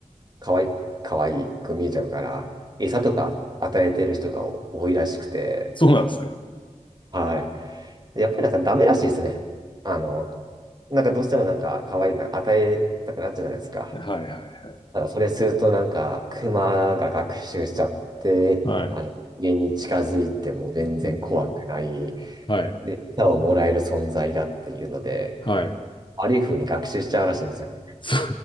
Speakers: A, on the right; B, on the left.
A: 可愛い、かわいく見えちゃうから、餌とか与えてる人が多いらしくて、
B: そうなんですか。
A: はい。やっぱりなんかダメらしいですね。あの、なんかどうしてもなんか可愛いの与えたくなっちゃうじゃないですか。
B: はいはい
A: だからそれするとなんかクマが学習しちゃって、
B: はい。
A: あの、
B: はい。
A: 家に近づいても全然怖くない。
B: うん。はい。
A: で、餌をもらえる存在だっていうので、
B: はい。
A: 悪い風に学習しちゃうらしいんですよね。
B: そ、